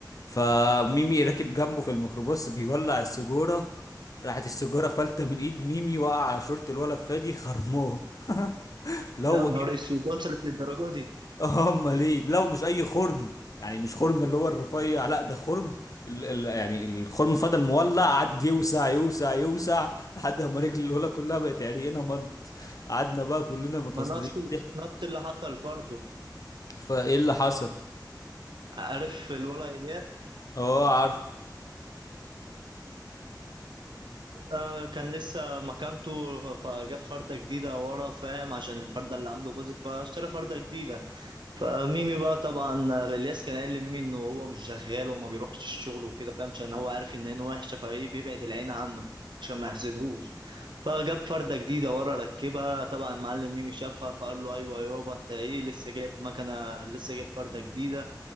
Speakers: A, on the left; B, on the right.
A: فميمي راكب جنبه في الميكروباص بيولع السجاره راحت السجاره فلته من ايد ميمي وقع على شورت الولا فادي خرموه <laughs> لو
B: يا نهار اسود وصلت للدرجه دي
A: اه امال ايه لو مش اي خرم يعني مش خرم اللي هو الرفيع لا ده خرم ال ال يعني الخرم فضل مولع قعد يوسع يوسع يوسع لحد ما رجل الولا كلها بقت عريانه ملط قعدنا بقى كلنا مفصلين
B: ما نفس
A: ضحك
B: نفس اللي حصل برضه
A: فايه اللي حصل
B: عارف الولد إيه؟
A: اه عارف
B: آه، كان لسه مكانته فجاب فردة جديدة ورا فاهم عشان الفردة اللي عنده باظت فاشترى فردة جديدة فميمي بقى طبعا آه، الياس كان قال لميمي انه هو مش شغال وما بيروحش الشغل وكده فاهم عشان هو عارف ان عينه وحشة فايه بيبعد العين عنه عشان ما يحسدهوش فجاب فردة جديدة ورا ركبها طبعا معلم ميمي شافها فقال له ايوه يابا انت ايه لسه جايب مكنة لسه جايب فردة جديدة